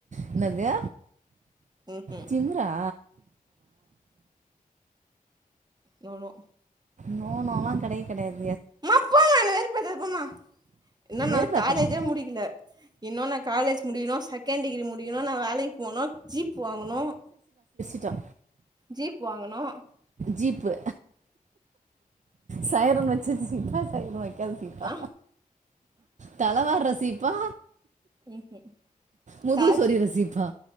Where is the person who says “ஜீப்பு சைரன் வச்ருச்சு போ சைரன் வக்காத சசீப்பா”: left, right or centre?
Right